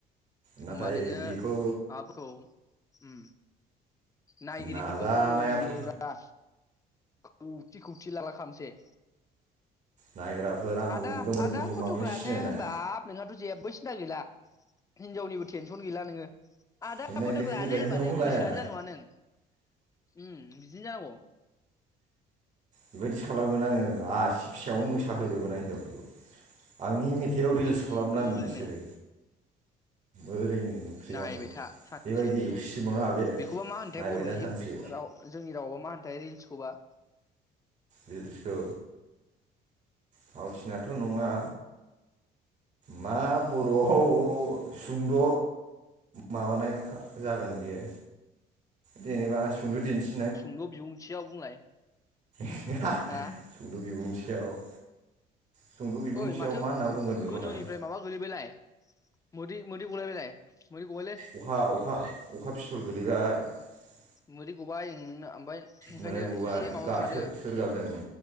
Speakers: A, on the right (about 45°); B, on the left (about 20°).
A: नाथाय
B: होमबा नोङो
A: बेखौ
B: माबाफोरखौ ओम नायगिरिफोरखौ
A: नाजानायाथ'
B: फुरा खौसे खौ फुथि लाला खालामसै
A: नायग्राफोर आंखौ
B: आदा
A: एकदमबारे
B: आदा
A: बुहुमावनो
B: फट'कनो
A: सिनायनाय
B: होनबा नोंहाथ' जेबबो सिन्था गैला। हिनजावनिबो टेनसन गैला नोङो आदा
A: सिन्नायदोंसो
B: फथक लानो
A: गैला
B: होनबानो
A: हिनजावखौनो
B: गोसोआनो
A: लाया
B: जानाय नङा नों उम बिदिनो जांगौ
A: बेबायदि खालामगोन आङो आसि फिसायाव मोसाहोजोबगोन आं हिनजाव आंनि मे थायाव रिल्स
B: उम
A: खालामनांगोन
B: ओरैनो
A: बिसोरो ओरैनो ओंख्रियावनो
B: नायबाय था सानसे
A: बेबायदि सिमाङा बे
B: बेखौबा मा होनथाय
A: नायबाय
B: बर'नि
A: दा सानसे
B: राव जोंनि रावबा मा होनथाय रिल्स खौबा।
A: रिल्सखौ फावथिनाथ' नङा। मा बर'आव सुंद' माबानाय जागोन बियो जेनेबा सुंद' दिन्थि
B: सुंद' बिबुंथियाव बुंलाय।
A: <unintelligible>
B: हा
A: बिबुंथियाव सुंद' बिबुंथियाव
B: ओइ माथो
A: मा होनना बुंगोन बेखौलाय
B: गोजौनिफ्राय माबा गोलैबायलाय मोदै मोदै गलायबायलाय मोदै गबायलै।
A: अखा अखा अखा <unintelligible>
B: मोदै गबाय उम नोंना ओमफ्राय। ओंखायनो
A: मोदाय गबाय
B: एसे माबायाव
A: गासो
B: थादो
A: सोर गाबदों